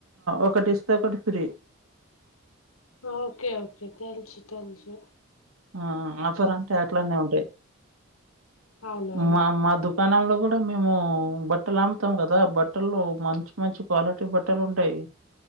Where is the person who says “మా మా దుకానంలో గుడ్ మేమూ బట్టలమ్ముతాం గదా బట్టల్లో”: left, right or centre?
Right